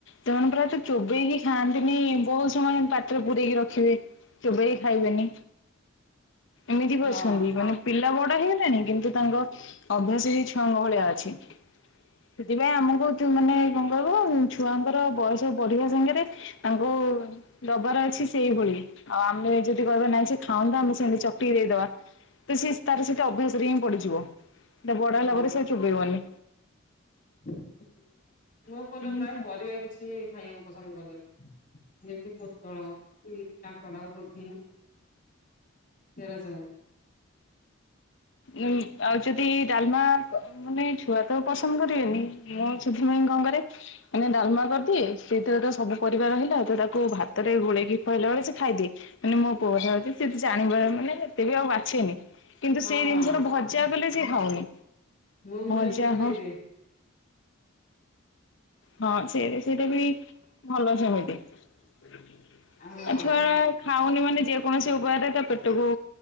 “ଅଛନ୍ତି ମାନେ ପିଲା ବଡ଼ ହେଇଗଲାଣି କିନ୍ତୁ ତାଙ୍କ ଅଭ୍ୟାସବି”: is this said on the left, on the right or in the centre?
Left